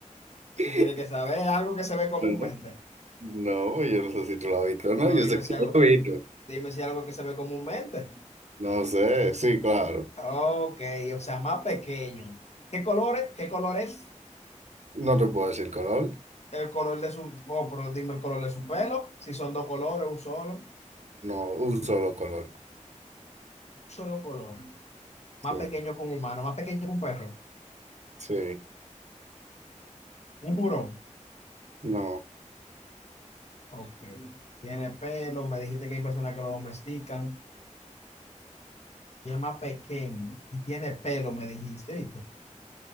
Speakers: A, on the right (about 60°); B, on the left (about 55°).
A: <laughs>
B: Tú tienes que saber algo que se ve comúnmente.
A: No, no, yo no sé si tú lo has visto o no,
B: Pero
A: yo
B: dime
A: sé que
B: si algo,
A: yo lo he visto.
B: dime si algo que se ve comúnmente.
A: No sé, sí, claro.
B: Ok, o sea, más pequeño. ¿Qué colores? ¿Qué color es?
A: No te puedo decir color,
B: El color de su, oh, pero dime el color de su pelo. Si son dos colores, un solo, un
A: no, un solo color.
B: solo color. Más
A: Sí,
B: pequeño que un humano, más pequeño que un perro.
A: sí,
B: Un burón.
A: no,
B: Ok. Tiene pelo, me dijiste que hay personas que lo domestican. Y es más pequeño. Y tiene pelo, me dijiste, ¿oíste?